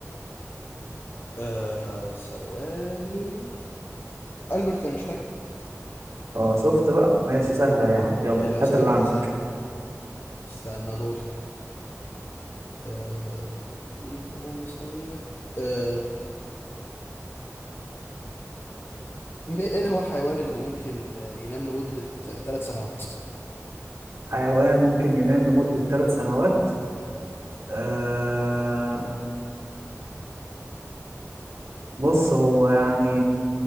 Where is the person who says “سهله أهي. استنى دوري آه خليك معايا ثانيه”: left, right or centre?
Left